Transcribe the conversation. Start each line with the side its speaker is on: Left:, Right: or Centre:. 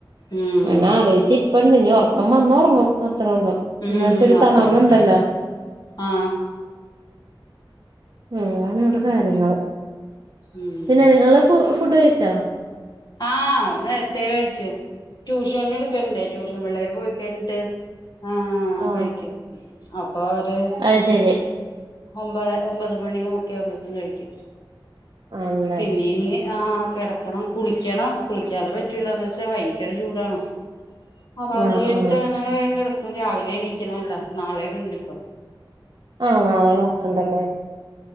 Left: ഉം
Right: ന ആലോചിച്ചി പണ്ട് നനി ഉറക്ക വന്നന്ന് ഉറങ്ങും അത്രേ ഉള്ളൂ
Left: ഉം
Right: എന്ന് വെച്ചാ ഒരു
Left: അത്ര
Right: തണവുണ്ടല്ലോ
Left: ഉള്ളു ആ
Right: ഏ ആണ് ഇവിടെ കാര്യങ്ങൾ
Left: ഉം
Right: പിന്നെ നിങ്ങളെ ഫുഡ്‌ കഴിച്ചോ
Left: ആഹ നത്തെേ കഴിക്കു ട്യൂഷൻ എടുക്കണ്ടേട്യൂഷൻ പിള്ളേര് പോയിക്കിണ്ട് ആ
Right: ആ
Left: കഴിക്കും അപ്പൊ ഒരു
Right: അത് ശരി
Left: ഒമ്പ ഒമ്പത് മണിയോ ക്യാവുമ്പോത്തിനും കഴിക്കും
Right: ആണല്ലേ
Left: പിന്നീനി ആ കിടക്കണം കുളിക്ക്യണംകുളിക്കാതെ പറ്റൂല്ല ന്ന് വച്ചാ ഭയങ്കര ചൂടാണ് അപ്പൊ
Right: ആ
Left: അത് കഴിഞ്ഞിട്ട്
Right: ആ
Left: അന്നനെ വേം കെടക്കും രാവിലെണീ ല്ല നാളെ വിണ്ടിപ്പം
Right: ആഹ് നാളെം വർക് ഇണ്ടല്ലേ